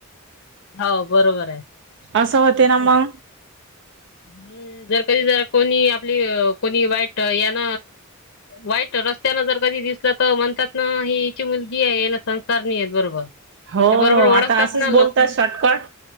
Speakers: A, on the left; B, on the right.
A: हाव बरोबर आहे.
B: असं होते ना मग.
A: हम्म, जर कधी जर कोणी आपली अ कोणी वाईट यान वाईट रस्त्यान जर कधी दिसलं तर म्हणतात ना ही हिची मुलगीये हिला संस्कार नाहीयेत बरोबर. ते
B: हो
A: बरोबर ओळखतात
B: आता असंच
A: ना लोकं.
B: बोलतात शॉर्टकट